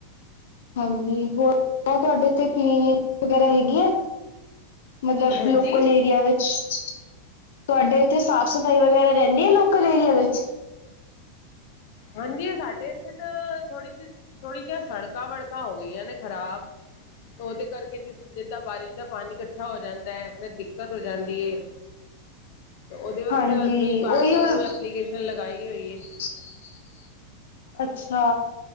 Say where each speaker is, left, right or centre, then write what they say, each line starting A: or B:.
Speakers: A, on the left; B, on the left.
A: ਹਾਂਜੀ ਹੋਰ ਤੁਹਾਡੇ ਇੱਥੇ ਕਲੀਨਿੰਗ ਵਗੈਰਾ ਹੈਗੀ ਆ। ਮਤਲਬ
B: ਹਾਂਜੀ
A: ਲੋਕਲ ਏਰੀਆ ਵਿੱਚ <inaudible> ਤੁਹਾਡੇ ਇੱਥੇ ਸਾਫ਼ ਸਫ਼ਾਈ ਵਗੈਰਾ ਰਹਿੰਦੀ ਹੈ ਲੋਕਲ ਏਰੀਆ ਵਿੱਚ
B: ਹਾਂਜੀ ਸਾਡੇ ਇੱਥੇ ਤਾਂ ਥੋੜੀ ਸੀ ਥੋੜੀ ਜਿਹੀ ਸੜਕਾਂ ਵੜਕਾਂ ਹੋ ਗਈਆਂ ਨੇ ਖ਼ਰਾਬ ਉਹਦੇ ਕਰਕ ਕਿ ਜਿਸ ਜਿਦਾਂ ਬਾਰਿਸ਼ ਦਾ ਪਾਣੀ ਇਕੱਠਾ ਹੋ ਜਾਂਦਾ ਹੈ ਫਿਰ ਦਿੱਕਤ ਹੋ ਜਾਂਦੀ ਏ। ਉਹਦੇ ਵਾਸਤੇ
A: ਹਾਂਜੀ
B: ਅਸੀਂ ਪਾਰਸ਼ਦ
A: ਉਹੀ ਹੁਣ
B: ਨੂੰ ਐਪਲੀਕੇਸ਼ਨ ਲਗਾਈ ਹੋਈ ਹੈ।
A: <inaudible> ਅੱਛਾ